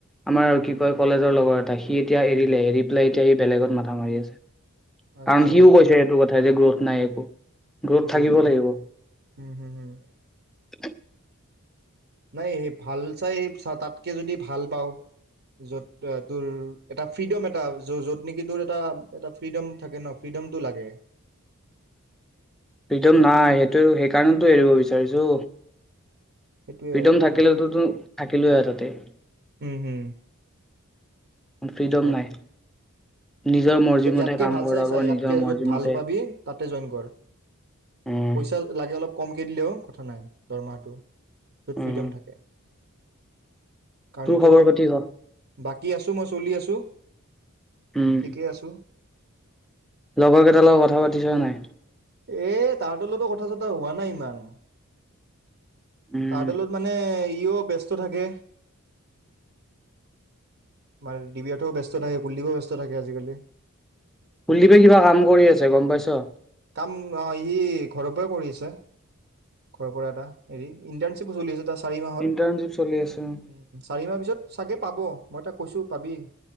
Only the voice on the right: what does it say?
আচ্ছা
গ্ৰথ নাই
হম হম হম
নাই ভাল চাই, চা, তাতকে যদি ভাল পাওঁ। য'ত, তোৰ এটা ফ্ৰীডম, এটা। য'ত নেকি তোৰ এটা, এটা ফ্ৰীডম থাকে ন? ফ্ৰীডমটো লাগে।
সেইটোয়ে
তোৰ ফ্ৰীডম
উম হম
লাইক
ইয়াতকে
ভাল
চাই চা ইয়াতকে
যত ভাল
পাবি তাতে জইন কৰ।
পইচা লাগে অলপ ক'মকে দিলেও কথা নাই, দৰমহাটো। য'ত
ফ্ৰিডম থাকে। কাৰণ
এতিয়াতো
বাকী আছো মই চলি আছো।
ঠিকেই আছোঁ।
এ তাৰ তলতো কথা চথা হোৱা নাই। টান।
তাৰ তলত মানে সিও ব্যস্ত থাকে। বাৰ দিব্যাৰ্থও ব্যস্ত থাকে কুলদীপও ব্যস্ত থাকে আজিকালি।
কাম অ', ই ঘৰৰ পৰাই কৰি আছে। ঘৰৰ পৰা এটা এৰি। ইণ্টাৰ্ণশ্বিপ ও চলি আছে তাৰ চাৰি মাহৰ।
উম।
চাৰি মাহ পিছত চাগে পাব। মই তাক কৈছোঁ পাবি।